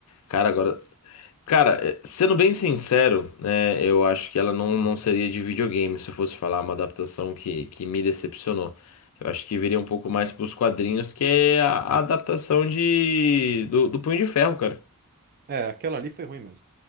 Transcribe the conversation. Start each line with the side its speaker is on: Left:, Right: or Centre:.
Left: Cara, agora. Cara, eh, sendo bem sincero, né, eu acho que ela não, não seria de videogame se eu fosse falar uma adaptação que, que me decepcionou. Eu acho que viria um pouco mais pros quadrinhos, que é a, a adaptação de do, do Punho de Ferro, cara.
Right: É, aquela ali foi ruim mesmo.